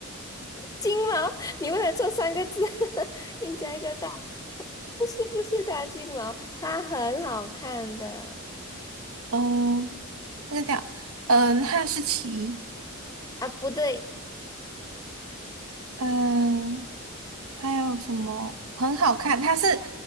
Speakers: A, on the left; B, on the right.
A: 金毛，你为了这三个字 <laughs> 硬加一个大，不是不是大金毛，它很好看的
B: 嗯，那个叫，嗯，哈士奇，
A: 啊，不对。
B: 嗯，还有什么很好看？它是，